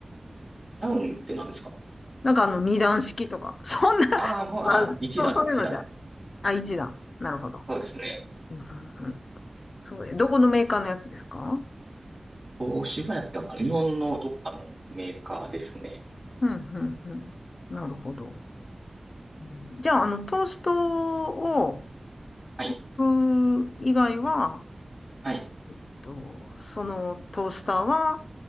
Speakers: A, on the right (about 40°); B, on the left (about 80°).
A: ダウンって何ですか
B: なんかあの二段式とか、そんな、
A: ああー、もう、
B: あ、
A: あ、一段、
B: そう、そういうのじゃ。
A: 一段です。
B: あ、一段。なるほど。
A: そうですね。
B: うんうんうん、そうで、どこのメーカーのやつですか
A: 東芝やったかな日本のどっかのメーカーですね。
B: うん、うん、うん。なるほど。うんじゃあ、あの、トーストを、
A: はい、
B: 行く以外は、え
A: はい、
B: っと、そのトースターは